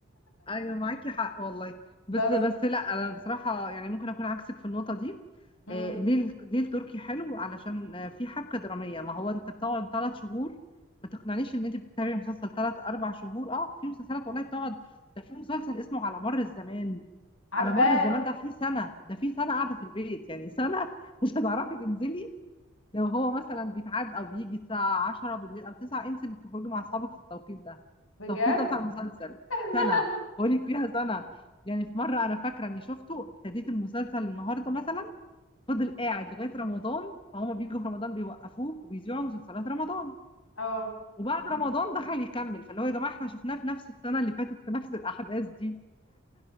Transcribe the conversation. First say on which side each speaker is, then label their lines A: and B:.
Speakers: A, on the left; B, on the left.
A: ايوه معاكي حق والله بس
B: بس
A: بس لا انا بصراحه يعني ممكن اكون عكسك في النقطه دي
B: امم
A: آه، ليه ال- ليه التركي حلو علشان آه، في حبكه دراميه ما هو انت بتقعد ثلاث شهور ما تقنعنيش ان انت بتتابعي مسلسل ثلاث اربع شهور اه في مسلسلات والله بتقعد ده في مسلسل اسمه على مر الزمان
B: عارفاه
A: على مر الزمان ده في سنه ده في سنه قاعده في البيت يعني سنه مش هتعرفي تنزلي لو هو مثلا بيتعاد او بيجي الساعه 10 بالليل او 9 انسي انك تخرجي مع اصحابك في التوقيت ده
B: بجد
A: التوقيت ده بتاع المسلسل
B: <laughs>
A: سنه بقول لك فيها سنه يعني في مره انا فاكره اني شفته ابتديت المسلسل النهارده مثلا فضل قاعد لغايه رمضان فهم بيجوا في رمضان بيوقفوه وبيذيعوا مسلسلات رمضان
B: اه
A: وبعد رمضان دخل يكمل فاللي هو يا جماعه احنا شفناه في نفس السنه اللي فاتت في نفس الاحداث دي